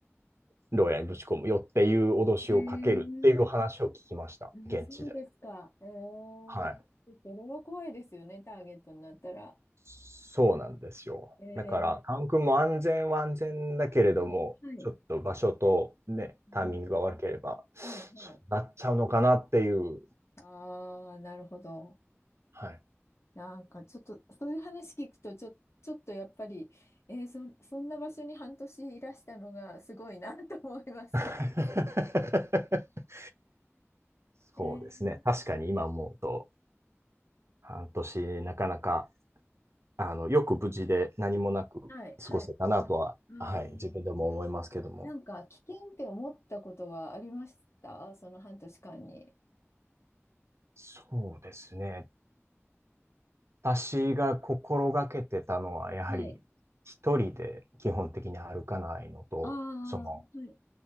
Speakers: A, on the right; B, on the left.
A: 牢屋にぶち込むよっていう脅しをかけるっていう話を聞きました。
B: ね。えー、
A: 現地で。
B: あ、そうですか。えー、
A: はい。
B: それは怖いですよね、ターゲットになったら。
A: そうなんですよ。
B: えー、
A: だから、カン君も安全は安全だけれども、
B: はい、はい。
A: ちょっと場所とね、
B: うん
A: タイミングが悪ければ、そうなっちゃうのかなっていう。
B: はい、はい。ああ、なるほど。
A: はい。
B: なんかちょっと、そういう話聞くと、ちょ、ちょっとやっぱり、えー、そ、そんな場所に半年いらしたのがすごいなと思いますけど。
A: <laughs>
B: えー、
A: そうですね。確かに今思うと、半年なかなか、あの、よく無事で何もなく過ごせたなとは、
B: はい、はい。あー
A: はい、自分でも思いますけども。
B: なんか危険って思ったことはありましたその半年間に。
A: そうですね。私が心がけてたのは、やはり一人で基本的に歩かないのと、
B: はい。ああ、
A: その
B: はい、